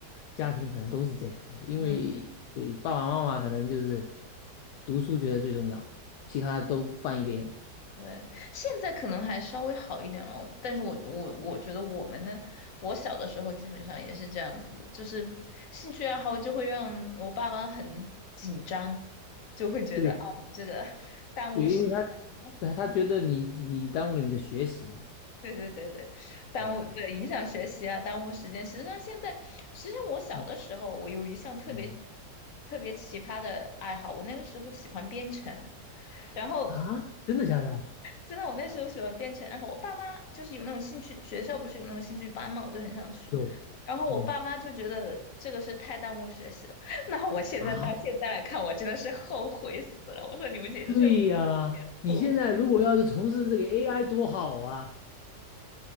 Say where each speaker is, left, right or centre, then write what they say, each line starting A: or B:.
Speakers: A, on the left; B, on the left.
A: 家庭可能都是这样的，因为对爸爸妈妈可能就是
B: 嗯。
A: 读书觉得最重要，其他都放一边。
B: 对，现在可能还稍微好一点了，但是我我我觉得我们呢，我小的时候基本上也是这样子的就是兴趣爱好就会让我爸妈很紧张，就会觉得啊你这个
A: 对
B: <laughs> 耽误时，
A: 对，因为他
B: 间 <laughs>
A: 对他觉得你你耽误了你的学习。
B: 对对对对，耽误对影响学习啊，
A: 呃
B: 耽误时间。实际上现在，实际上我小的时候，
A: 嗯
B: 我有一项特别
A: 嗯
B: 特别奇葩的爱好，我那个时候喜欢编程，然后。
A: 啊，真的假的？
B: 真的，我那时候喜欢编程，然后我爸妈就是有那种兴趣，学校不是有那种兴趣班嘛，我就很想去。
A: 有
B: 然后我爸妈就觉得这个是太耽误学习了。
A: 嗯，
B: <laughs> 那我现在到现在来看，
A: 啊
B: 我真的是后悔死了。我说你们简直是毁我前途，
A: 对呀，你现在如果要是从事这个 AI 多好啊！